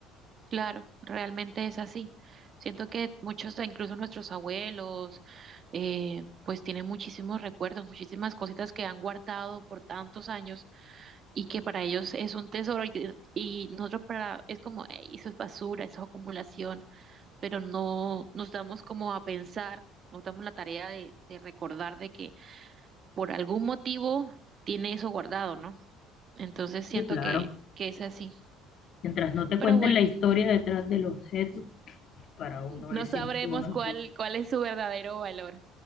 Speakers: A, on the right; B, on the left.
A: Claro, realmente es así. Siento que muchos, incluso nuestros abuelos, eh, pues tienen muchísimos recuerdos, muchísimas cositas que han guardado por tantos años y que para ellos es un tesoro y, que- y nosotros para, es como, "Ey, eso es basura, eso es acumulación, pero no nos damos como a pensar, nos damos la tarea de, de recordar de que por algún motivo tiene eso guardado, ¿no? Entonces siento
B: Sí, claro.
A: que, que es así.
B: Mientras no te
A: Pero
B: cuenten
A: bueno.
B: la historia detrás del objeto, para uno
A: No
B: es
A: sabremos
B: simple un objeto.
A: cuál, cuál es su verdadero valor.